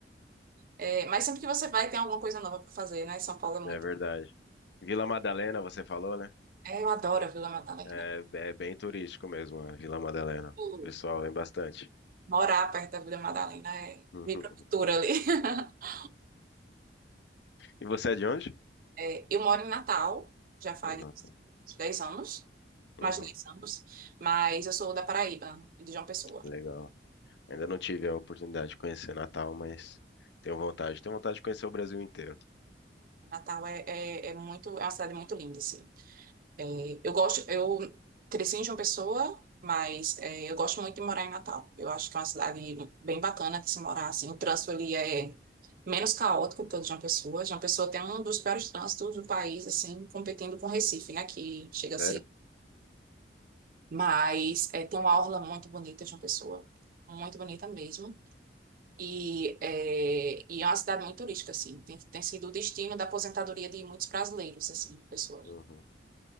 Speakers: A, on the right; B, on the left.
A: é, mas sempre que você vai, tem alguma coisa nova para fazer, né? São Paulo é muito.
B: É verdade. Vila Madalena, você falou, né?
A: É, é, eu adoro a Vila Madalena.
B: É, é bem turístico mesmo, a Vila Madalena.
A: Uh,
B: O pessoal vem bastante.
A: Morar perto da Vila Madalena é
B: Uhum.
A: vir pra cultura ali. <laughs>
B: E você é de onde?
A: É, eu moro em Natal, já faz
B: Falei, Natal.
A: uns 10 anos, mais
B: Uhum.
A: de 10 anos, mas eu sou da Paraíba, de João Pessoa.
B: Legal. Ainda não tive a oportunidade de conhecer Natal, mas tenho vontade. Tenho vontade de conhecer o Brasil inteiro.
A: Natal é, é, é muito, é uma cidade muito linda, assim. É, eu gosto, eu cresci em João Pessoa, mas é, eu gosto muito de morar em Natal. Eu acho que é uma cidade bem bacana de se morar, assim. O trânsito ali é menos caótico que o de João Pessoa. João Pessoa tem um dos piores trânsitos do país, assim, competindo com Recife, né, que chega a
B: Sério?
A: ser Mas é, tem uma orla muito bonita de uma pessoa, muito bonita mesmo. E é, e é uma cidade muito turística, assim. Tem, tem sido o destino da aposentadoria de muitos brasileiros, assim, pessoa.
B: Uhum.